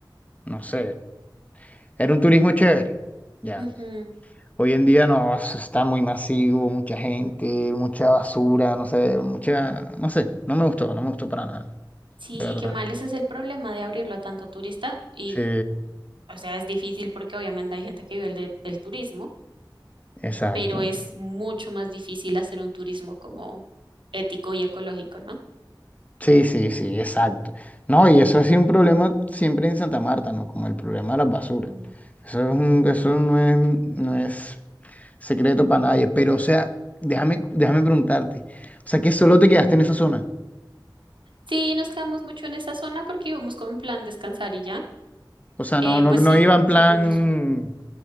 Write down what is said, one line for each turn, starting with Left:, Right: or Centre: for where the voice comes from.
Left: no sé, era un turismo chévere. Ya.
Right: Ujú.
Left: Hoy en día no, eso está muy masivo, mucha gente, mucha basura, no sé, mucha, no sé, no me gustó, no me gustó para nada,
Right: Sí,
Left: de Sí. verdad.
Right: qué mal, ese es el problema de abrirlo a tanto turista y,
Left: Sí,
Right: o sea, es difícil porque obviamente hay gente que vive el de- del turismo.
Left: exacto.
Right: pero es mucho más difícil hacer un turismo como ético y ecológico, ¿no?
Left: Sí, sí, sí, exacto. No, y eso es un problema siempre en Santa Marta, ¿no? Como el problema de las basuras.
Right: Mm.
Left: Eso es un- eso no es, no es secreto para nadie. Pero, o sea, déjame, déjame preguntarte. O sea, que solo te quedaste en esa zona.
Right: Sí, nos quedamos mucho en esa zona porque íbamos como en plan descansar y ya.
Left: O sea,
Right: Eh,
Left: no, no,
Right: pues
Left: no
Right: sí,
Left: iba en plan
Right: sí fuimos